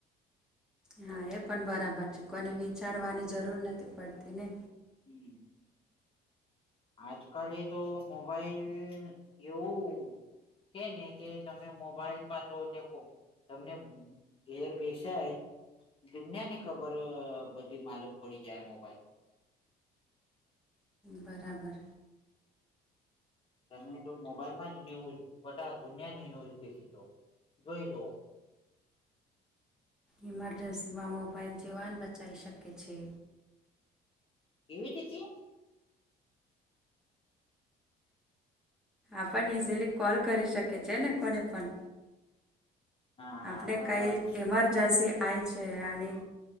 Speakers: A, in the centre; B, on the left.
A: હા એ પણ બરાબર છે કોને વિચારવાની જરૂર નથી પડતી ને.
B: હમમ આજકાલે તો મોબાઈલ એવું. કે ને કે તમે મોબાઈલ માં તો દેખો તમને. ધેર બેસાય. દુનિયા ની ખબર બધી માલુમ પડી જાય મોબાઈલ.
A: બરાબર.
B: તમે તો મોબાઈલમાં જ ન્યૂઝ બટા દુનિયાની ન્યૂઝ દેખી લો જોઈ લો.
A: ઇમરજન્સીમાં મોબાઈલ જીવાન બચાઈ શકે છે.
B: કેવી રીતે?
A: આપણ ઈઝીલી કોલ કરી શકે છે ને કોને પણ,
B: હા
A: આપને
B: આ તો
A: કઈ
B: વાત
A: ઈમરજન્સી આઈ છે આની.